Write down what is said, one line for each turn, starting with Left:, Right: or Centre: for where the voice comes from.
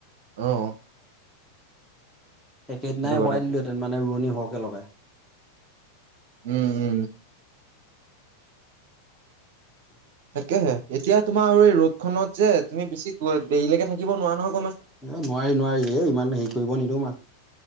Right: আহ
Centre: একেদিনাই
Right: কথা
Centre: হোৱাই দিলোহেঁতেন মানে ৰোৱনী সৰহকে লগাই।
Right: উম উম। তাকেহে এতিয়া তোমাৰ আৰু এই ৰদ খনত যে তুমি বেছি দেৰিলৈকে থাকিব নোৱাৰা নহওঁক।
Centre: এ নোৱাৰি নোৱাৰি এ ইমান হেৰি কৰিব নিদওঁ মাক।